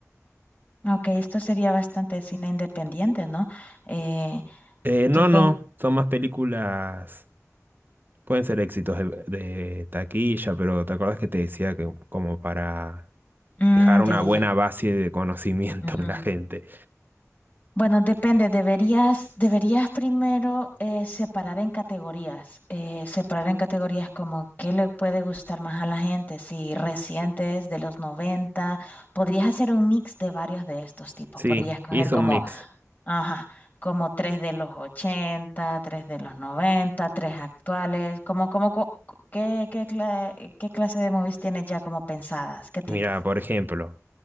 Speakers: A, on the left (about 35°); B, on the right (about 40°).
A: Ok, esto sería bastante cine independiente, ¿no? Eh,
B: Eh, no,
A: tú ten...
B: no, son más películas Pueden ser éxitos de, de taquilla, pero ¿te acuerdas que te decía que como para
A: Mm,
B: dejar una
A: ya, ya,
B: buena
A: ya.
B: base de conocimiento
A: Ujú.
B: <laughs> en la gente?
A: Bueno, depende. Deberías, deberías primero eh, separar en categorías. Eh, separar en categorías como qué le puede gustar más a la gente. Si recientes, de los 90. Podrías hacer un mix de varios de estos tipos.
B: Sí,
A: Podrías coger
B: hice
A: como
B: un mix.
A: Ajá, como tres de los 80, tres de los 90, tres actuales, como, como, cu- cu- ¿qué, qué, cla- eh, qué clase de movies tienes ya como pensadas? ¿Qué tipo?
B: Mira, por ejemplo,